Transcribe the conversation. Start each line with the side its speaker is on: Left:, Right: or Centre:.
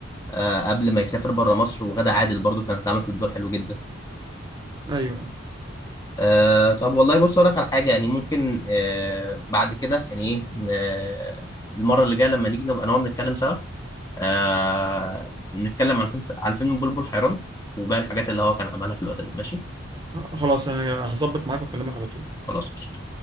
Left: آه، قبل ما يسافر بره مصر وغادة عادل برضو كانت عملت الدور حلو جدا
Right: ايوه
Left: آه، طب والله بص اقول لك على حاجه يعني ممكن آه، بعد كده يعني ايه آه، المره اللي جايه لما نيجي نبقى نقعد نتكلم سوا آه، نتكلم عن فيلم عن فيلم بلبل حيران وباقي الحاجات اللي هو كان عملها في الوقت ده ماشي
Right: خلاص انا هظبط معاك واكلمك على طول
Left: خلاص قشطة